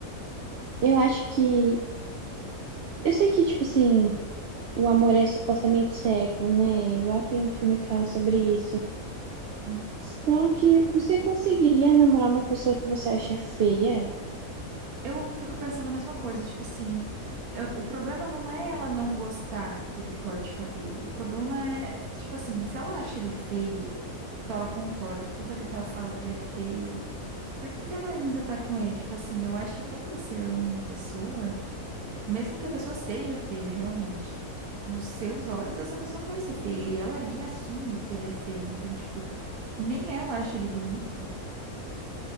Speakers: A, on the right; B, on the right.
A: eu acho que. Eu sei que, tipo assim, o amor é supostamente cego, né? Igual tem um filme que fala sobre isso.
B: Hum.
A: Só que você conseguiria namorar uma pessoa que você acha feia?
B: Eu fico pensando a mesma coisa, tipo assim, eu- o problema não é ela não gostar que ele corte o cabelo. O problema é, tipo assim, se ela acha ele feio, tipo, ela concorda, tudo ali que ela fala que ele é feio, por que que ela ainda tá com ele? Tipo assim, eu acho que quando você ama uma pessoa. Mesmo que a pessoa seja feia, realmente, nos seus olhos, essa pessoa não vai ser feia. E ela ali assume que ele é feio. Então, tipo, nem ela acha ele bonito.